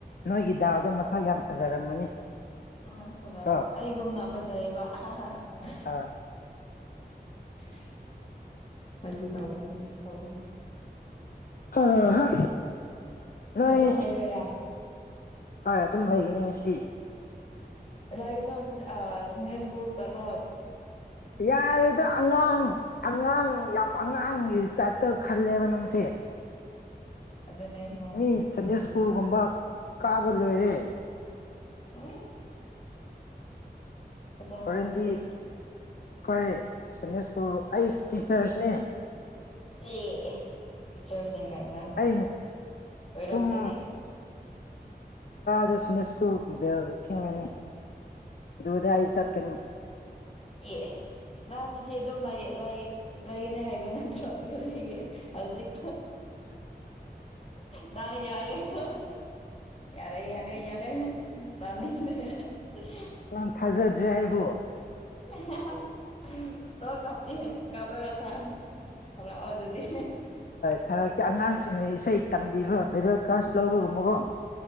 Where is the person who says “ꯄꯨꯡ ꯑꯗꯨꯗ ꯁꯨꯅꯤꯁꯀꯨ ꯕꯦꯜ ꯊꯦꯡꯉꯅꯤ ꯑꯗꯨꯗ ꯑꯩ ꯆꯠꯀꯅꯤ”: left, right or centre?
Left